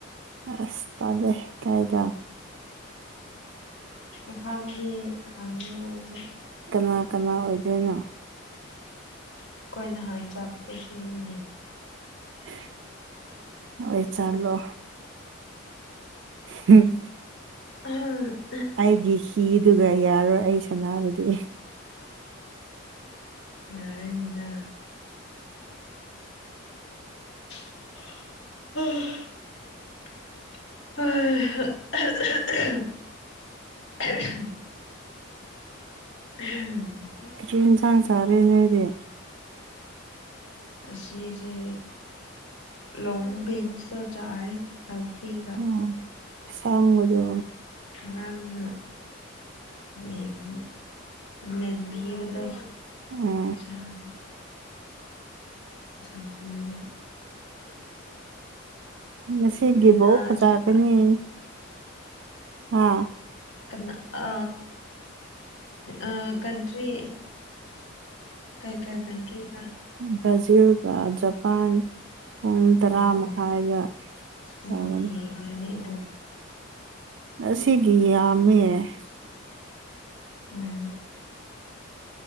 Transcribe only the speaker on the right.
ꯑꯁ ꯇꯜꯂꯦ ꯀꯥꯏꯗ
ꯀꯅꯥ ꯀꯅꯥ ꯑꯣꯏꯗꯣꯏꯅꯣ
ꯍ ꯅꯣꯏ ꯆꯠꯂꯣ ꯍꯨꯝ
ꯑꯩꯒꯤ ꯍꯤꯗꯨꯒ ꯌꯥꯔꯣꯏ ꯑꯩ ꯁꯅꯥꯕꯗꯤ
ꯀ꯭ꯔꯤ ꯏꯟꯁꯥꯡ ꯆꯥꯔꯦ ꯅꯣꯏꯗꯤ
ꯎꯝ ꯑꯁꯥꯡꯕꯗꯣ
ꯎꯝ
ꯉꯁꯤꯒꯤ
ꯕꯣꯜ ꯐꯖꯒꯅꯤ
ꯍꯥ
ꯕ꯭ꯔꯥꯖꯤꯜꯒ ꯖꯄꯥꯟ ꯄꯨꯡ ꯇꯔꯥ
ꯃꯈꯥꯏꯗ
ꯇꯧꯒꯅꯤ
ꯑꯁꯤꯒꯤ ꯌꯥꯝꯃꯦ